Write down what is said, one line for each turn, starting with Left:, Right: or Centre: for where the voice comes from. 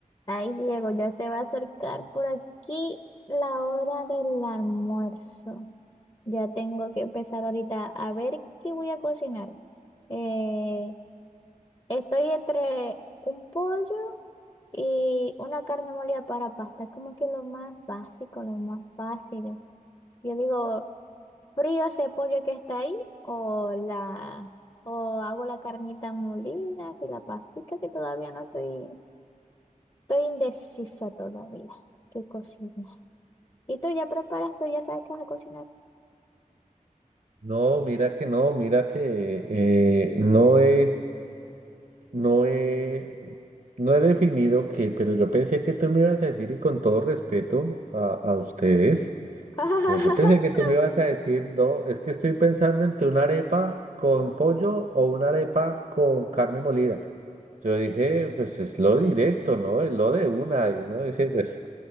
Left: Ay, Diego, ya se va a acercar por aquí la hora del almuerzo. Ya tengo que empezar ahorita a ver qué voy a cocinar. Eh, estoy entre un pollo y una carne molida para pasta. Es Como que lo más básico, lo más fácil. Yo digo, frío ese pollo que está ahí o la o hago la carnita molida, así la pastica que todavía no estoy, estoy indecisa todavía. ¿Qué cocinar? Y tú ya preparas, tú ya sabes que vas a cocinar.
Right: No, mira que no, mira que eh, no he, no he, no he definido qué, pero yo pensé que tú me ibas a decir, y con todo respeto a, a ustedes,
Left: <laughs>
Right: pero yo pensé que tú me ibas a decir, no, es que estoy pensando entre una arepa con pollo o una arepa con carne molida. Yo dije, pues es lo directo, ¿no? Es lo de una. Y uno dice, pues